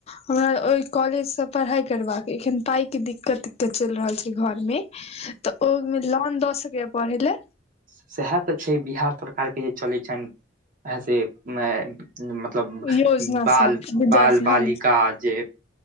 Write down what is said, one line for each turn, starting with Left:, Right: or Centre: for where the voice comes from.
Left: हमरा ओहि कॉलेज स पढ़ाई करबाक अइ एखन पाइ कि दिक्कत दिक्कत चलि रहल छै घर में
Right: <inaudible>
Left: तऽ ओ में लोन दऽ सकेया पढ़े ला
Right: सएह तऽ छै बिहार सरकार के जे चलैत छनि से अ मतलब
Left: योजना
Right: बाल
Left: सब विद्यार्थी
Right: बाल बालिका
Left: हँ
Right: जे